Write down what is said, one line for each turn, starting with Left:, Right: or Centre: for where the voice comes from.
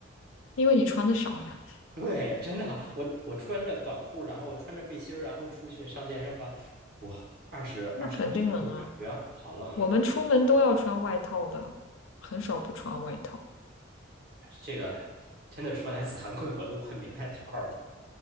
Left: 因为你穿的少呀，
Right: <laughs> 对，真的，我我穿着短裤，然后穿着背心儿，然后出去上健身房，哇，二十二十一二度，
Left: 那肯定冷啊。
Right: 感觉好冷啊。
Left: 我们出门都要穿外套的，很少不穿外套。
Right: 这个真的说来惭愧，我都快没外套了。